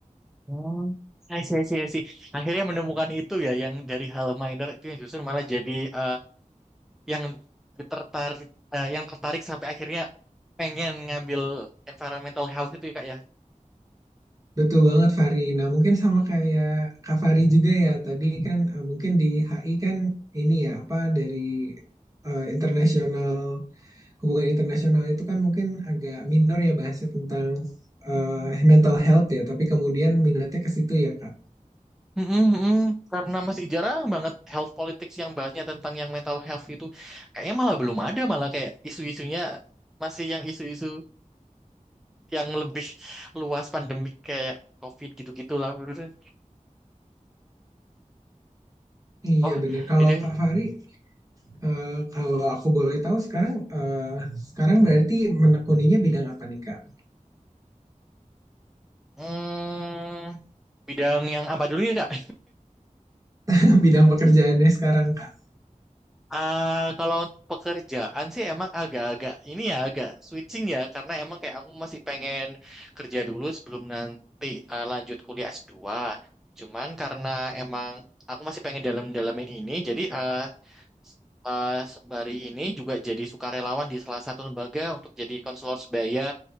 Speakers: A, in the centre; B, on the right.
A: Oh, I see, I see, I see. Akhirnya menemukan itu ya yang dari hal minor itu yang justru malah jadi eh, yang tertarik eh, yang tertarik sampai akhirnya pengen ngambil environmental health itu ya Kak
B: Betul banget Fari. Nah mungkin sama
A: ya.
B: kayak Kak Fari juga ya tadi kan eh, mungkin di HI kan ini ya apa dari eh, internasional hubungan internasional itu kan mungkin agak minor ya bahasnya tentang eh, mental health ya. Tapi kemudian minatnya ke situ ya Kak.
A: Mm-mm, mm-mm. Karena masih jarang banget health politics yang bahasnya tentang yang mental health itu. Kayaknya malah belum ada, malah kayak isu-isunya masih yang isu-isu yang lebih luas pandemik kayak COVID gitu-gitu lah. menurut saya.
B: Iya
A: Oh,
B: benar. Kalau
A: ini
B: Kak Fari, eh, kalau aku boleh tahu sekarang eh, sekarang berarti menekuninya bidang apa nih Kak?
A: hmm, bidang yang apa dulu ya, Kak?
B: <laughs> Bidang pekerjaannya
A: <laughs>
B: sekarang Kak.
A: Ah, kalau untuk pekerjaan sih emang agak-agak ini ya agak switching ya karena emang kayak aku masih pengen kerja dulu sebelum nanti ah, lanjut kuliah S2. Cuman karena emang aku masih pengen dalam-dalamin ini jadi ah, eh hari ini juga jadi sukarelawan di salah satu lembaga untuk jadi konselor sebaya